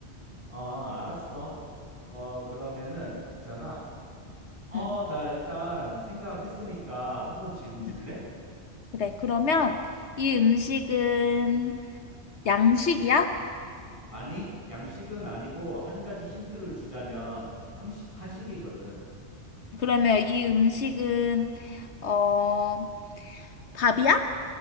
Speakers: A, on the right; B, on the left.
A: 어, 알았어. 어, 그러면은 있잖아. 어,
B: 응.
A: 나 일단 생각했으니까 한번 질문 줄래?
B: 응. 그래, 그러면 이 음식은 양식이야?
A: 아니, 양식은 아니고 한 가지 힌트를 주자면 한식, 한식이거든.
B: 그러면 이 음식은 어 밥이야?